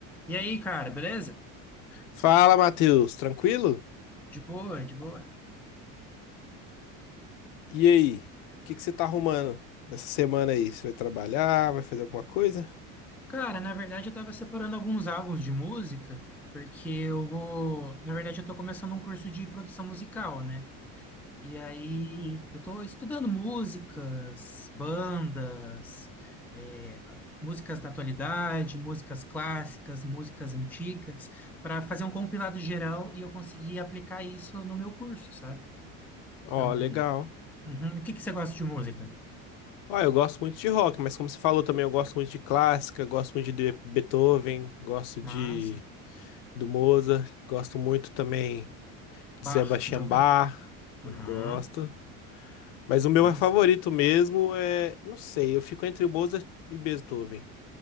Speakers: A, in the centre; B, on the left.
A: E aí, cara, beleza?
B: Fala, Matheus, tranquilo?
A: De boa, de boa.
B: E aí, o que que você tá arrumando nessa semana aí? Você vai trabalhar, vai fazer alguma coisa?
A: Cara, na verdade eu tava separando alguns álbuns de música, porque eu vou. Na verdade, eu tô começando um curso de produção musical, né? E aí eu tô estudando músicas, bandas, é, músicas da atualidade, músicas clássicas, músicas antigas, para fazer um compilado geral e eu conseguir aplicar isso no meu curso, sabe?
B: Ó,
A: Então,
B: legal.
A: uhum. E O que que você gosta de música?
B: Ó, eu gosto muito de rock, mas como você falou também, eu gosto muito de clássica, gosto muito de Beethoven, gosto
A: Massa.
B: de do Mozart, gosto muito também de
A: Bach,
B: Sebastian
A: já ouviu?
B: Bach,
A: Aham.
B: gosto. Mas o meu
A: Massa.
B: favorito mesmo é, não sei, eu fico entre Mozart e Beethoven.